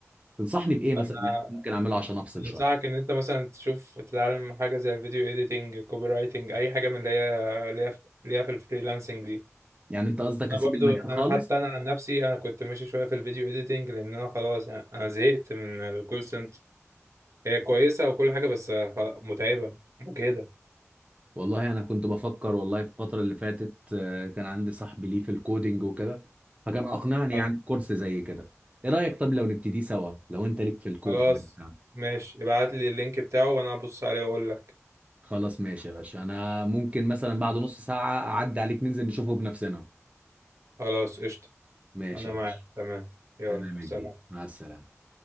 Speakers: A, on the right; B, on the right.
A: تنصحني بإيه مثلا
B: انا
A: إن إحنا ممكن أعمله عشان أفصل شوية
B: انصحك ان انت مثلا تشوف تتعلم حاجه زي الفيديو ايديتنج كوبي رايتنج اي حاجه من اللي هي اللي هي في اللي هي في الفريلانسنج دي
A: يعني أنت قصدك
B: انا
A: أسيب
B: برضو
A: المجال خالص
B: انا حتى انا عن نفسي انا كنت ماشي شويه في الفيديو ايديتنج لان انا خلاص انا أنا زهقت من الكول سنتر هي كويسه وكل حاجه بس خلاص متعبه وكده
A: والله أنا كنت بفكر والله في الفترة اللي فاتت آه، كان عندي صاحبي ليه في الكودينج وكده فكان أقنعني
B: اه
A: يعني بكورس زي كده إيه رأيك طب لو نبتدي سوا لو أنت ليك في الكودينج
B: خلاص
A: بتاع
B: ماشي ابعت لي اللينك بتاعه وانا هبص عليه واقول لك
A: خلاص ماشي يا باشا أنا ممكن مثلا بعد نص ساعة أعدي عليك ننزل نشوفه بنفسنا
B: خلاص قشطة
A: ماشي
B: أنا
A: يا
B: معاك
A: باشا
B: تمام يلا
A: تمام يا
B: سلام
A: كبير مع السلامة